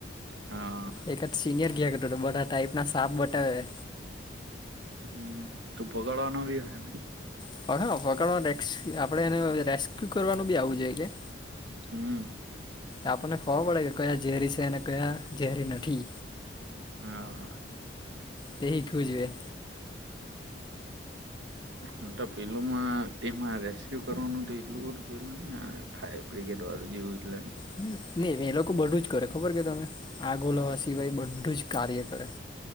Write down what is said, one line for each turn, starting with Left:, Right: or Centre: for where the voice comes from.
Right: <unintelligible>
Left: એકાદ સિનિયર કીયા કરતો તો બધા ટાઈપ ના સાપ બટાવે.
Right: હમ, તો <unintelligible> બી ઓહેને.
Left: <unintelligible> પકડવાનું <unintelligible> આપડે એને રેસ્ક્યુ કરવાનું બી આવવું જોઈએ કે.
Right: હમ
Left: આપણને ખબર પડે કે કયા ઝેરી સે ને કયા ઝેરી નથી.
Right: હા
Left: તે હીખવું જોઈએ.
Right: હ તો પેલુંમાં તેમાં રેસ્ક્યુ કરવાનું હત એટલું બધું પેલું ને. ફાયર બ્રિગેડ વાળું જેવું એટલે.
Left: <unintelligible> નહીં એ લોકો બધું જ કરે ખબર કે તમે આગો ઓલવા સિવાય બધું જ કાર્ય કરે.